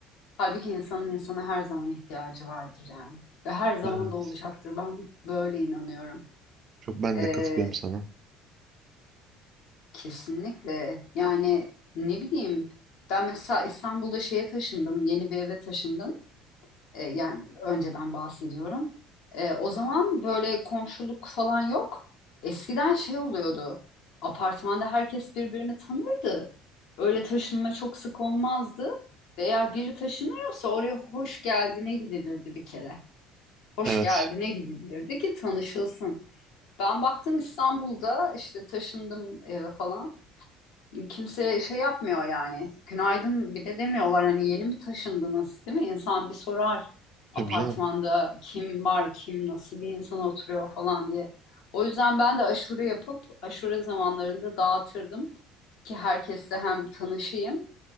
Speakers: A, on the left; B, on the right.
A: Halbuki insanın insana her zaman ihtiyacı vardır yani. Ve her zaman
B: Evet.
A: da olacaktır. Ben böyle inanıyorum.
B: Çok ben
A: E,
B: de katılıyorum sana.
A: kesinlikle. Yani ne bileyim. Ben mesela İstanbul'da şeye taşındım, yeni bir eve taşındım. E, yani önceden bahsediyorum. E, o zaman böyle komşuluk falan yok. Eskiden şey oluyordu. Apartmanda herkes birbirini tanırdı. Öyle taşınma çok sık olmazdı. Ve eğer biri taşınıyorsa oraya hoş geldine gidilirdi bir kere. Hoş
B: Evet.
A: geldine gidilirdi ki tanışılsın. Ben baktım İstanbul'da işte taşındım e, falan. Kimse şey yapmıyor yani. Günaydın bile demiyorlar. Hani yeni mi taşındınız, değil mi? İnsan bir sorar apartmanda
B: Tabii canım.
A: kim var, kim nasıl bir insan oturuyor falan diye. O yüzden ben de aşure yapıp aşure zamanlarında dağıtırdım ki herkesle hem tanışayım,